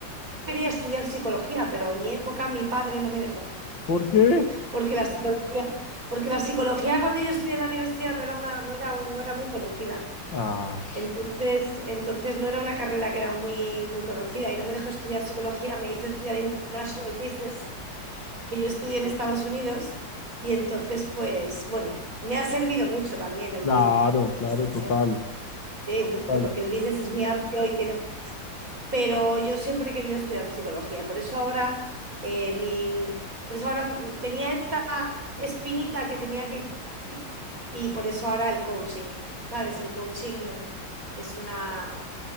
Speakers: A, on the right (about 45°); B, on the left (about 75°).
A: quería estudiar psicología, pero en mi época mi padre no me dejó,
B: ¿Por qué?
A: porque la psicología, porque la psicología cuando yo estudié en la universidad no era una, no era un- no era muy conocida.
B: Ay,
A: Entonces, entonces no era una carrera que era muy, muy conocida y no me dejó estudiar psicología, me hizo estudiar International Business, que yo estudié en Estados Unidos y entonces pues bueno, me ha servido mucho también el
B: claro,
A: business,
B: claro, total,
A: ¿eh? Sí, mucho,
B: total,
A: porque el business es muy amplio y tiene pero yo siempre he querido estudiar psicología, por eso ahora, eh, mi, por eso ahora tenía esta espinita que tenía que cubrir y por eso ahora el coaching, ¿sabes? El coaching es una,